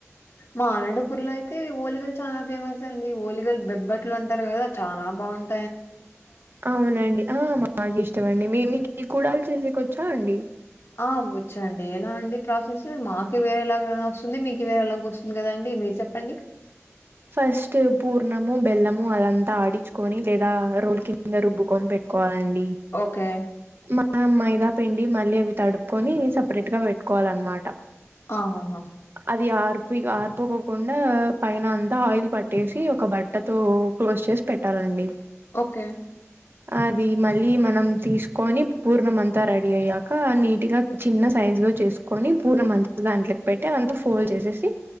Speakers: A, on the left (about 55°); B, on the right (about 45°).
A: మా అనంతపూర్ లో అయితే ఒలిగలు చాల ఫేమస్ అండి ఒలిగలు బెబ్బట్లు అంటారు కద చాలా బాన్
B: అవునండి ఆ మాకు ఇష్టమండి మీ మీకు కూడలు చేసేకొచ్చా అండి
A: ఆ వచ్చండి ఎల అండి ప్రాసెస్ మాకి వేరే లాగ వస్తుంది మీకు వేరే లాగ ఒస్తుంది కదండి మీరు చెప్పండి
B: ఫస్ట్ పూర్ణము బెల్లము అదంత ఆడిచుకొని లేదా రోల్ కింద రుబ్బుకొని పెట్టుకోవ అండి
A: ఓకే.
B: మా మైద పిండి మళ్ళీ అవి తడుపుకొని సపరేట్గా పెట్టుకోవాలన్నమాట
A: ఆహాహా
B: అది ఆర్పి ఆర్పుకోకుండా పైన ఆయిల్ పట్టేసి ఒక బట్టతో క్లోజ్ చేసి పెట్టాలండి
A: ఒకే
B: అది మళ్ళీ మనం తీసుకొని పూర్ణమం త రెడీ అయ్యాక నీట్గా చిన్న సైజ్ లో చేసుకొని పూర్ణ మంత దాంట్లోకి పెట్టి అదంత ఫోల్డ్ చే